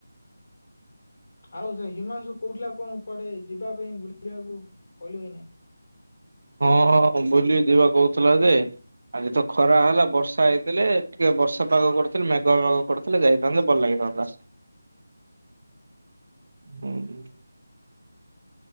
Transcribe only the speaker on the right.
ହଁ ବୁଲି ଯିବା କହୁଥିଲା ଯେ ଆଜି ତ ଖରା
ହେଲା ବର୍ଷା ଏ ଦେଲେ ଟିକେ ବର୍ଷା ପାଗ କର ମେଘ କରୁଥିଲେ ଯାଇଥାନ୍ତେ ଭଲ ଲାଗିଥାନ୍ତା। ହୁଁ।